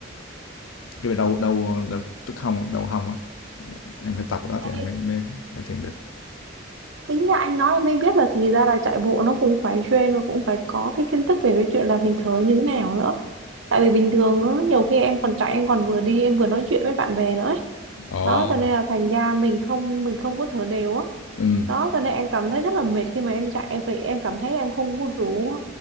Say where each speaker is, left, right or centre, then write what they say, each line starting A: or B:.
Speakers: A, on the left; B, on the right.
A: cái đau đau đau tức hông đau hông á em phải tập cái đó thì
B: anh
A: em mới mới cải thiện được
B: Tính ra anh nói em mới biết là thì ra là chạy bộ nó cũng phải train và cũng phải có cái kiến thức về cái chuyện là mình thở như thế nào nữa. Tại vì bình thường á, nhiều khi em còn chạy em còn vừa đi em vừa nói chuyện với bạn bè nữa ấy.
A: ồ
B: Đó cho nên là thành ra mình không mình không có thở đều á.
A: ừm
B: Đó cho nên em cảm thấy rất là mệt khi mà em chạy em vậy em cảm thấy em không có đủ